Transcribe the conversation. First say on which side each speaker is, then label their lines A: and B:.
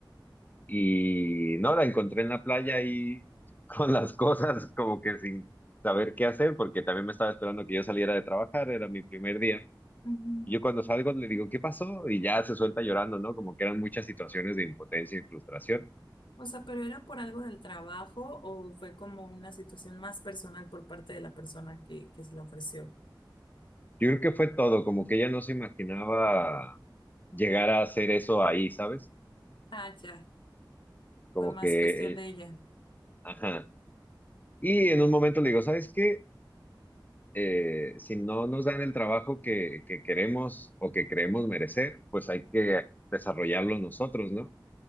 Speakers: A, on the left; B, on the left.
A: y no, la encontré en la playa ahí <laughs> con las cosas como que sin saber qué hacer porque también me estaba esperando que yo saliera de trabajar, era mi primer día.
B: ujú.
A: Y yo cuando salgo le digo, ¿qué pasó? Y ya se suelta llorando, ¿no? Como que eran muchas situaciones de impotencia y frustración.
B: O sea, pero era por algo del trabajo o fue como una situación más personal por parte de la persona que, que se lo ofreció.
A: Yo creo que fue todo, como que ella no se imaginaba llegar a hacer eso ahí, ¿sabes?
B: Ah, ya,
A: Como
B: fue más
A: que...
B: cuestión de
A: eh,
B: ella.
A: Ajá. Y en un momento le digo, ¿sabes qué? Eh, si no nos dan el trabajo que, que queremos o que creemos merecer, pues hay que desarrollarlo nosotros, ¿no?